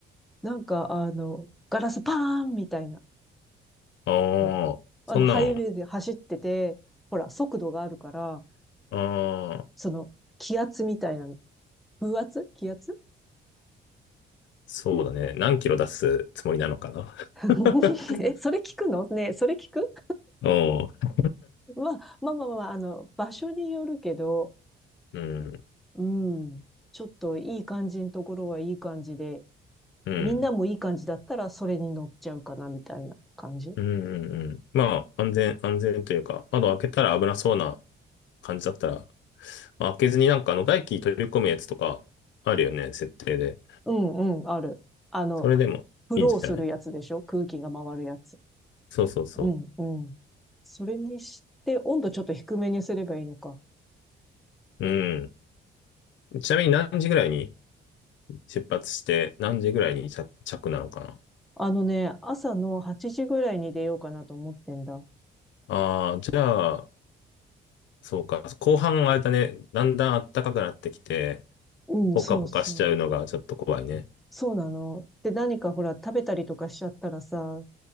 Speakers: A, in the centre; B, on the left.
A: なんか、あの、ガラスパーンみたいな。
B: あ
A: うん
B: あ、そんなん。
A: あの、ハイウェイで走ってて、ほら、速度があるから、
B: あ
A: その、気圧みたいなの。風圧気圧
B: そうだね。何キロ出すつもりなのかな。
A: <laughs>
B: <laughs>
A: え、それ聞くのねえ、それ聞く、
B: おう、
A: まあ、まあまあまあ、あの、場所によるけど、
B: うん、
A: うん、ちょっといい感じのところはいい感じで、
B: うん、
A: みんなもいい感じだったらそれに乗っちゃうかな、みたいな感じ
B: うん、うん。うんまあ、安全、安全というか、窓開けたら危なそうな感じだったら、まあ開けずになんかあの外気取り込むやつとかあるよね、設定で。
A: うんうん、ある。あの、
B: それでもいいんじゃない
A: フローするやつでしょ空気が回るやつ。
B: そうそうそ
A: うん、うん。それにして、温度ちょっと低めにすればいいのか。
B: う。うん。ちなみに何時ぐらいに出発して、何時ぐらいに着、着なのかな
A: あのね、朝の8時ぐらいに出ようかなと思ってんだ。
B: ああー、じゃあ、そうか。後半あれだね、だんだん暖かくなってきて、
A: うん、
B: ポカポカしちゃうのがちょっと怖いね。
A: そうそう。そうなの。で、何かほら、食べたりとかしちゃったらさ、